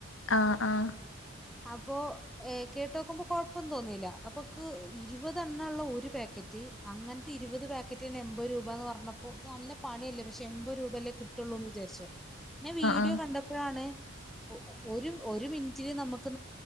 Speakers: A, on the left; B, in the centre.
A: ആഹ് ആഹ്
B: അപ്പൊ കേട്ട് നോക്കുമ്പോ കൊഴപ്പൊന്നും തോന്നില്ല അപ്പൊക്ക് ഇ ഇരുപതെണ്ണള്ള ഒരു പാക്കറ്റ് അങ്ങനത്തെ ഇരുപത് പാക്കറ്റ്ന്ന് എൺപത് രൂപന്ന് പറഞ്ഞപ്പോ നല്ല പണിയല്ലേ എമ്പത് രൂപയല്ലേ കിട്ടുള്ളൂ എന്ന് വിചാരിച്ചോ പിന്നെ വീഡിയോ
A: ആഹ്
B: കണ്ടപ്പോഴാണ് ഒരു ഒരു മിനിറ്റിന് നമുക്ക്